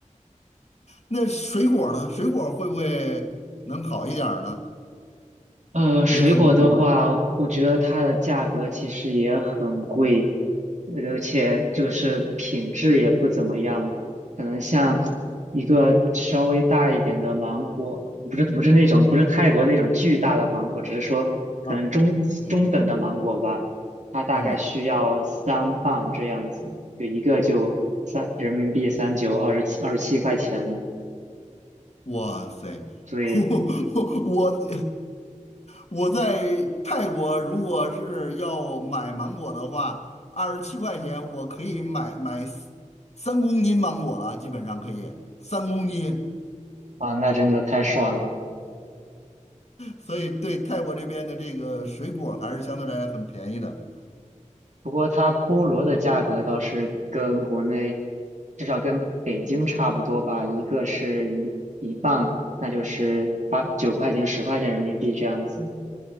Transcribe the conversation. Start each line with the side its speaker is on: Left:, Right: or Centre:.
Left: 那水果儿呢？水果儿会不会能好一点儿呢？
Right: 呃，水果的话，
Left: 也很贵吗？
Right: 我觉得它的价格其实也很贵，而且就是品质也不怎么样。可能像一个稍微大一点的芒果，不是不是那种不是泰国那种巨大的芒果，只是说可能中中等的芒果吧，
Left: 啊，嗯
Right: 它大概需要三磅这样子，
Left: 嗯。
Right: 就一个就三人民币三九二十七二十七块钱呢。
Left: 哇塞，
Right: 对
Left: <laughs> 我我在泰国，如果是要买芒果的话，二十七块钱我可以买买三三公斤芒果了，基本上可以三公斤。
Right: 啊，那真的太爽了。
Left: 所以对泰国这边的这个水果还是相对来讲很便宜的。
Right: 不过它菠萝的价格倒是跟国内，至少跟北京差不多吧，一个是一一磅，那就是八九块钱、十块钱人民币这样子。